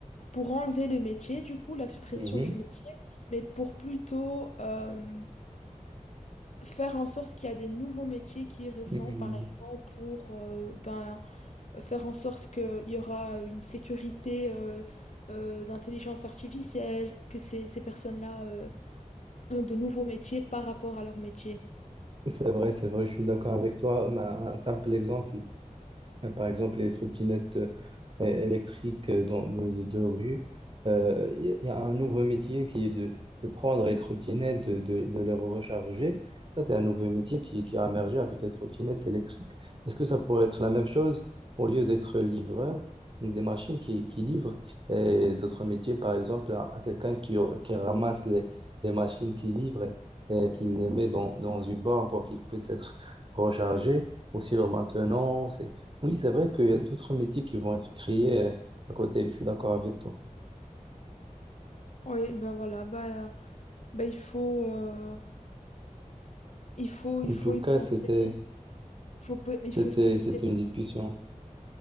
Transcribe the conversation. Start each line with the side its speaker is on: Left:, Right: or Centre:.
Left: pour enlever le métier, du coup, la suppression
Right: Mhm.
Left: du métier, mais pour plutôt euh, faire en sorte qu'il y a des nouveaux métiers qui y ressemblent,
Right: Mhm.
Left: par exemple, pour euh, ben, faire en sorte qu'il y aura une sécurité euh, euh, d'intelligence artificielle, que ces, ces personnes-là euh, ont de nouveaux métiers par rapport à leur métier.
Right: C'est vrai, c'est vrai, je suis d'accord avec toi. Ma- Un simple exemple. Euh, Par exemple, les trottinettes euh, électriques euh, dans- de, de- de rue, Euh, il y, a il y a un nouveau métier qui est de, de prendre les trottinettes, de, de- de les recharger. Ça, c'est un nouveau métier qui, qui a émergé avec les trottinettes électriques. Est-ce que ça pourrait être la même chose au lieu d'être livreur, des machines qui, qui livrent et d'autres métiers, par exemple, à, à quelqu'un qui, qui ramasse les, les machines qui livrent et, et qui les met dans, dans une borne pour qu'ils puissent être rechargés, aussi leur maintenance. Oui, c'est vrai qu'il y a d'autres métiers qui vont être créés euh, à côté. Je suis d'accord avec toi.
Left: Oui, ben voilà, ben, euh, ben il faut, euh, il faut,
Right: En
Left: il faut
Right: tout
Left: y
Right: cas,
Left: penser.
Right: c'était,
Left: faut, pe- il
Right: c'était,
Left: faut se poser
Right: c'était
Left: des...
Right: une discussion